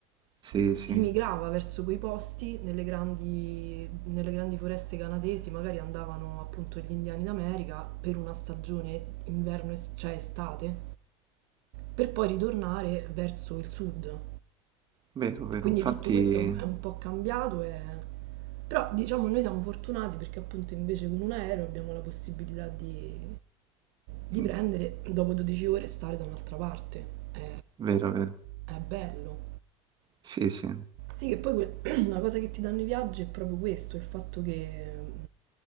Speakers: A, on the right; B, on the right.
A: Sì,
B: Si
A: sì,
B: migrava verso quei posti, nelle grandi, nelle grandi foreste canadesi magari andavano appunto gli indiani d'America per una stagione inverno, es- cioè estate, per poi ritornare verso il sud.
A: vero, vero,
B: Quindi
A: infatti,
B: tutto questo è un, è un po' cambiato, e... però diciamo noi siamo fortunati perché appunto invece con un aereo abbiamo la possibilità di, di
A: <laughs>
B: prendere, dopo 12 ore, stare da un'altra parte. È,
A: vero, vero,
B: è bello.
A: sì, sì,
B: Sì, che poi que- <clears throat> la cosa che ti danno i viaggi è proprio questo, il fatto che... mm,